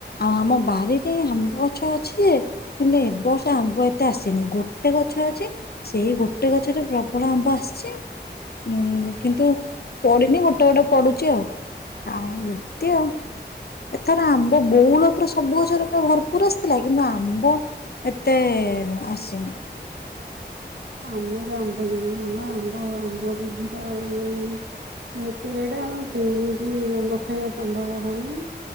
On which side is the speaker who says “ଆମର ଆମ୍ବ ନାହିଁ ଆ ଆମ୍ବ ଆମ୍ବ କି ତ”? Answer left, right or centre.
Right